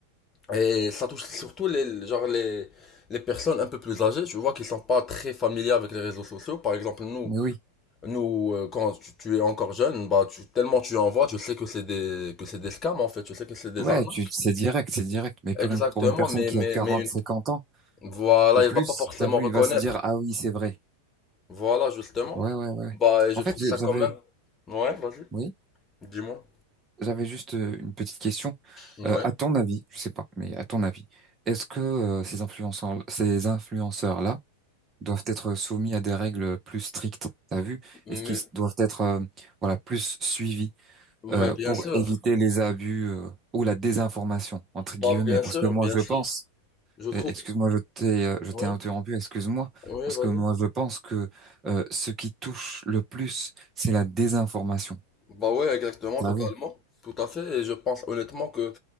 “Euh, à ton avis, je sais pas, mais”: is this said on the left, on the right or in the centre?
Right